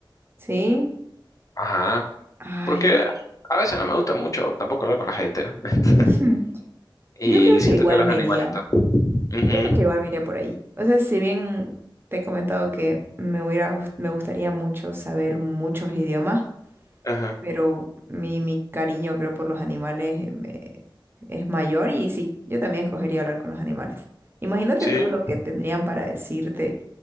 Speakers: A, on the right (about 25°); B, on the left (about 40°).
A: ¿Sí?
B: Ajá,
A: Ay,
B: porque
A: <laughs>
B: a veces no me gusta mucho tampoco hablar con la gente, ¿no? <laughs>
A: Hmm.
B: Y
A: yo creo
B: siento
A: que igual
B: que los
A: me
B: animalitos...
A: iría.
B: Ujú,
A: Yo creo que igual me iría por ahí. O sea, si bien te he comentado que me hubiera, gust- me gustaría mucho saber muchos idiomas,
B: Ajá,
A: pero mi, mi cariño creo por los animales eh, me- es mayor y sí, yo también escogería hablar con los animales. Imagínate
B: sí.
A: todo lo que tendrían para decirte.